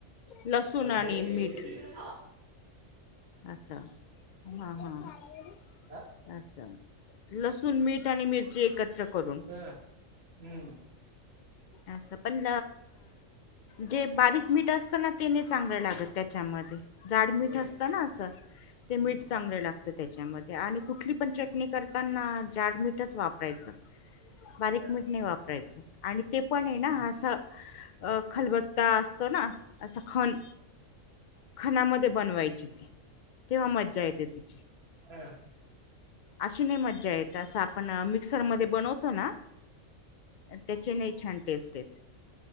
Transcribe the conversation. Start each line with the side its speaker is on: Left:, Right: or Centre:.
Left: लसूण
Right: खलबत्त्यात
Left: आणि मीठ
Right: चेचून
Left: असं हां, हां.
Right: हा
Left: असं लसूण, मीठ आणि मिरची एकत्र करून.
Right: ह हम्म
Left: अस पण जे बारीक मीठ अस ना तेने चांगलं लागत त्याच्यामध्ये. जाडमीठ
Right: होय
Left: असत ना असं ते
Right: हम्म
Left: मीठ चांगल लागत त्याच्या मध्ये. आणि कुठली पण चटणी करताना जाडमीठच वापरायचं. बारीक
Right: अ
Left: मीठ नाही वापरायचं. आणि ते पण ये ना
Right: हम्म
Left: असं अ खलबत्ता असतो ना असं खण खनामध्ये बनवायची. ती तेव्हा मज्जा येते तिची.
Right: हा.
Left: अशी नाही मज्जा येत असं आपण मिक्सरमध्ये बनवतो ना त्याचे नाही छान टेस्ट येत